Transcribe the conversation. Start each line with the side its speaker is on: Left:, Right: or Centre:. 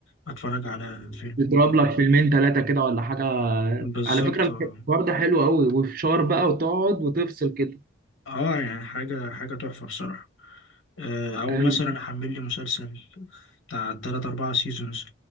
Left: اتفرج على فيلم
Right: تضرب لك فيلمين ثلاثه كده ولا حاجه
Left: بالظبط
Right: على فكره
Left: اه
Right: الحوار ده حلو قوي وفشار بقى وتقعد وتفصل كده
Left: آه، يعني حاجه حاجه تحفه بصراحه آه، او
Right: أيوه.
Left: مثلا احمل لي مسلسل بتاع تلات اربعة سيزونز